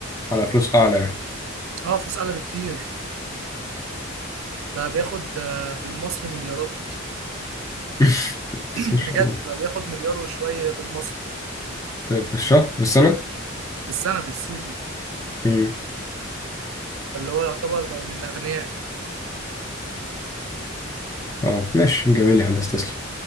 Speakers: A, on the left; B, on the right.
A: على فلوس أعلى يعني
B: اه فلوس اعلى بكتير بقى بياخد آه، بالمصري مليارات
A: <laughs> بس
B: <clears throat>
A: إن شاء
B: بجد
A: الله
B: بقى بياخد مليار وشويه بالمصري
A: في في الشهر في السنة؟
B: في السنه في السيزون
A: امم
B: فاللي هو يعتبر بقى من الاغنياء
A: اه ماشي جميل يا هندسة تسلم